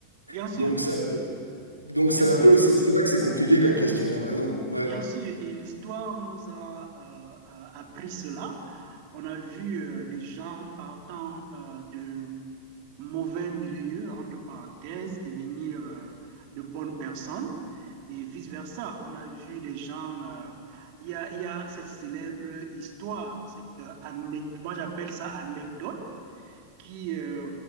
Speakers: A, on the right; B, on the right.
A: Bien sûr,
B: Donc ça peut, donc
A: bien
B: c'est un
A: sûr.
B: peu, c'est c'est vrai que c'est compliqué comme question, t'as raison. Ouais.
A: Bien sûr, et l'histoire nous a, euh, a- appris cela. On a vu euh, des gens partant euh, de, mauvais milieu, entre parenthèses, devenir euh, de bonnes personnes et vice-versa. On a vu des gens, euh, il y a, il y a cette célèbre histoire, cette euh, anecdote, moi j'appelle ça anecdote, qui euh,